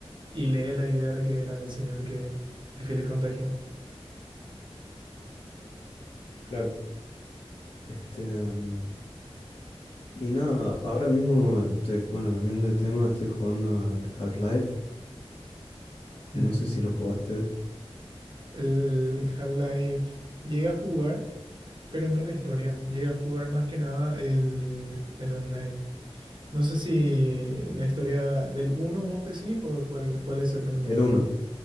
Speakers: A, on the right (about 50°); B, on the left (about 70°).
A: hilé la idea de que era el señor que el que le contagió.
B: Claro. Este, mm, y nada, ahora mismo estoy, bueno, cambiando de tema, estoy jugando al Half-Life.
A: Ujú.
B: No sé si lo jugaste.
A: El Half-Life llega a jugar, pero no la historia. Llega a jugar más que nada el, el online. No sé si la historia del 1 vos decís o cuál, cuál exactamente
B: El
A: estás
B: uno
A: jugando.